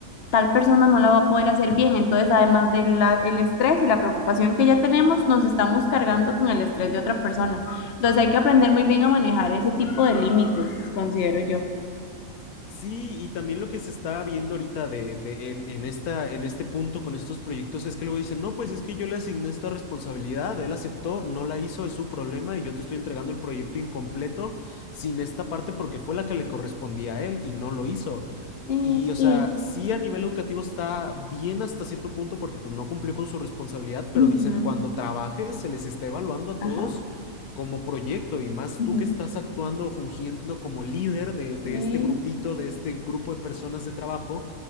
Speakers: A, on the left; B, on the left.
A: tal persona no la va a poder hacer bien, entonces además del el estrés y la preocupación que ya tenemos, nos estamos cargando con el estrés de otra persona. Entonces hay que aprender muy bien a manejar ese tipo de límites, considero yo.
B: Sí, y también lo que se está viendo ahorita de, de- en, en esta, en este punto con estos proyectos es que luego dicen, no, pues es que yo le asigné esta responsabilidad, él aceptó, no la hizo, es su problema y yo te estoy entregando el proyecto incompleto sin esta parte porque fue la que le correspondía a él y no lo hizo.
A: Sí,
B: Y, o sea,
A: y,
B: sí a nivel educativo está bien hasta cierto punto porque pues no cumplió con su responsabilidad, pero
A: ujú,
B: dicen, cuando trabajes se les está evaluando a
A: ajá,
B: todos como proyecto y más
A: ujú,
B: tú que estás actuando o fungiendo como líder de, de
A: sí.
B: este grupito, de este grupo de personas de trabajo,